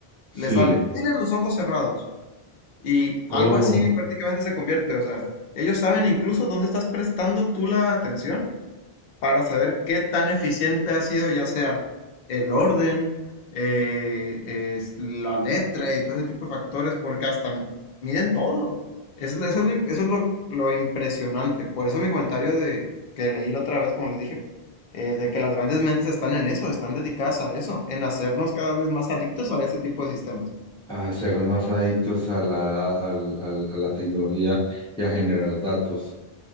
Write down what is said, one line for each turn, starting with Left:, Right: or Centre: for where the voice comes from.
Centre: sí.
Left: le sale, tienes los ojos cerrados. Y
Centre: Oh.
Left: algo así prácticamente se convierte, o sea, ellos saben incluso dónde estás prestando tú la atención para saber qué tan eficiente ha sido ya sea el orden, eh, es la letra y todo ese tipo de factores, porque hasta miden todo. Eso, es- eso es, lo, eso es lo, lo impresionante. Por eso mi comentario de que leí la otra vez, como les dije, eh, de que las grandes mentes están en eso, están dedicadas a eso, en hacernos cada vez más adictos a ese tipo de sistemas.
Centre: a ser más adictos a la, al- al- a la tecnología y a generar datos.